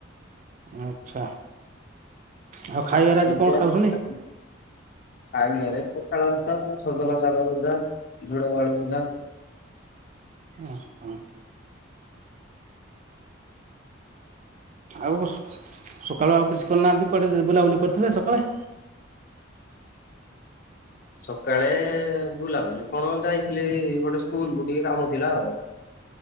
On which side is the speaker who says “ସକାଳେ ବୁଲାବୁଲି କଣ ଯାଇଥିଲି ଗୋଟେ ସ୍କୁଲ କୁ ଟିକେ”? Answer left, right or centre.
Left